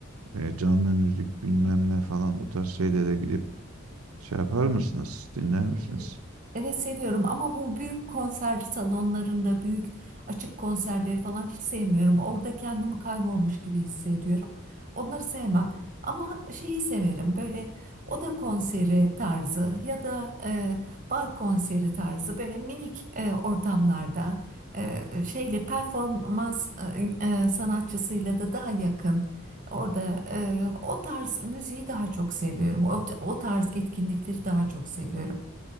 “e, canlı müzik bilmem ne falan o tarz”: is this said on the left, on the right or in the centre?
Right